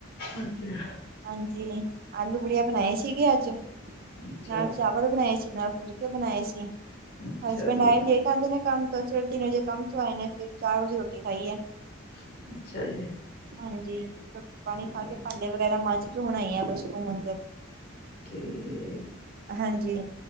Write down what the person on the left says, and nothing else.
ਅੱਛਾ।
ਅੱਛਾ
ਅੱਛਾ ਜੀ
ਅੱਛਾ ਜੀ
ਠੀਕ
ਠੀਕ